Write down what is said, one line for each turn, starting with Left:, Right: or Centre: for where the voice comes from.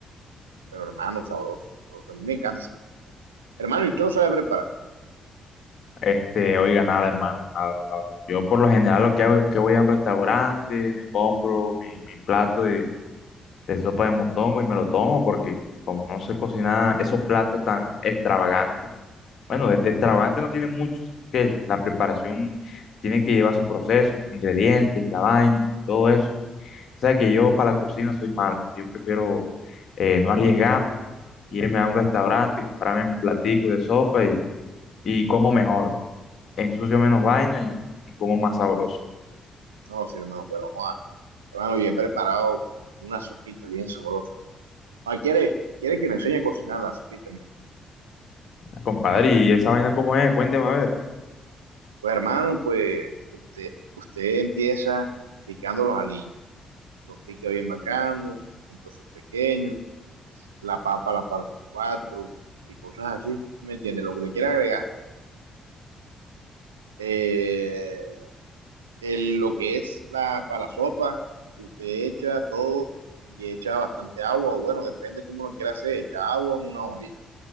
Right: Pero, hermano, sabroso, sabroso. A mí me encanta ese plato. Hermano, ¿y usted lo sabe preparar?
Left: Este, oiga, nada, hermano, nada, nada. Yo por lo general lo que hago es que voy a un restaurante, me compro mi, mi plato de, de sopa de mondongo y me lo tomo porque como no sé cocinar esos platos tan extravagantes, bueno, de, de extravagantes no tienen muchos, que la preparación tiene que llevar su proceso, sus ingredientes, la vaina y todo eso. O sea que yo para la cocina soy malo, yo prefiero eh, no arriesgarme, irme a un restaurante, comprarme mi platico de sopa y, y como mejor ensucio menos vaina y, y como más sabroso.
Right: No, sí, hermano, pero, no, ah, hermano, yo he preparado unas sopitas bien sabrosas. Ah, ¿quiere, quiere que le enseñe a cocinar las sopitas, hermano?
Left: Ah, Compadre, ¿y esa vaina cómo es? Cuénteme a ver.
Right: Pues, hermano, pues, usted, usted empieza picando los aliños los pica bien bacano, entre sus pequeños, la papa, la parte 4 y cosas así, ¿me entiendes? Lo que le quiera agregar. Eh, el, lo que es la, para la sopa, usted echa todo y echa bastante agua, o bueno, depende cómo lo quiera hacer, echa agua en una olla.